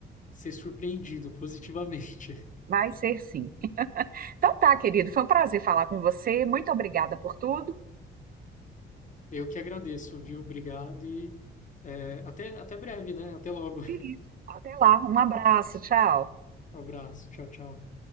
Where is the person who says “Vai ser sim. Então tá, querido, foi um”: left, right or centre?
Right